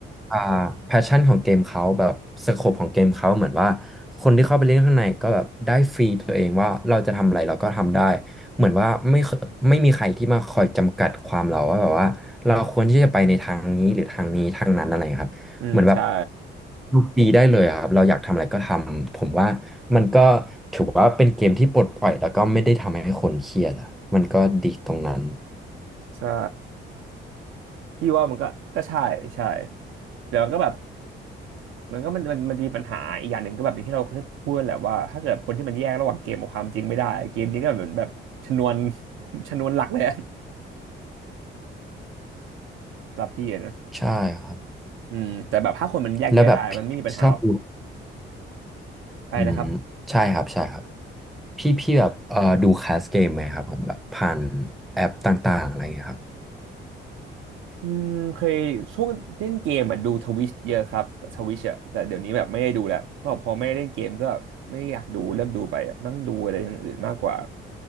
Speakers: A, in the centre; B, on the right (about 85°).
A: อ่าแพชชั่นของเกมเขาแบบสโคปของเกมเขาเหมือนว่าคนที่เข้าไปเล่นข้างในก็แบบได้ฟรีตัวเองว่าเราจะทำอะไรเราก็ทำได้เหมือนว่าไม่เคยไม่มีใครที่มาคอยจำกัดความเราว่าแบบว่าเราควรที่จะไปในทางนี้หรือทางนี้ทางนั้นอะไรครับ
B: อืมใช่
A: เหมือนแบบดูฟรีได้เลยอะครับเราอยากทำอะไรก็ทำผมว่ามันก็ถือว่าเป็นเกมที่ปลดปล่อยแล้วก็ไม่ได้ทำให้คนเครียดอะมันก็ดีตรงนั้น
B: ใช่พี่ว่ามันก็ก็ใช่ใช่แต่มันก็แบบ มันก็มันมันมันมีปัญหาอีกอย่างหนึ่งก็แบบอย่างที่เราเคยพูดแหละว่าถ้าเกิดคนที่มันแยกระหว่างเกมกับความจริงไม่ได้เกมนี้ก็เหมือนแบบชนวน <laughs> ชนวนหลักเลยอะสำหรับพี่อะนะ
A: ใช่ครับ
B: อืมแต่แบบถ้าคนมันแยกแยะได้มันไม่มีปัญหาหรอก
A: แล้วแบบพี่ชอบดู
B: อะไรนะครับ
A: อืมใช่ครับใช่ครับพี่พี่แบบเอ่อดูแคสเกมไหมครับผมแบบผ่านแอปต่างๆอะไรอย่างเงี้ยครับ
B: อืมเคยช่วงเล่นเกมอ่ะดูทวิชเยอะครับทวิชอ่ะแต่เดี๋ยวนี้แบบไม่ได้ดูแล้วเพราะพอไม่ได้เล่นเกมก็ไม่ได้อยากดูเลิกดูไปอะนั่งดูอะไรอย่างอื่นมากกว่า